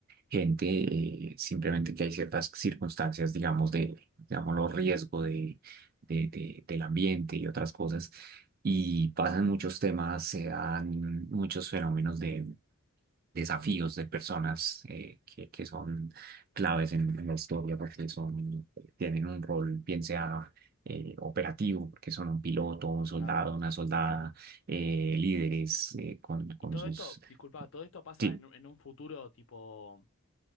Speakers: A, on the right (about 45°); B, on the left (about 60°).
A: gente, eh, simplemente que hay ciertas circunstancias, digamos, de, los riesgo de, de- de- del ambiente y otras cosas, y pasan muchos temas, se dan muchos fenómenos de desafíos de personas eh, que, que son claves en, en la historia porque son, tienen un rol, bien sea... eh, operativo, porque son un piloto, un soldado,
B: claro.
A: una soldada, eh, líderes eh, con, con
B: Y todo
A: sus...
B: esto, disculpa, todo esto pasa
A: Sí,
B: en, un- en un futuro tipo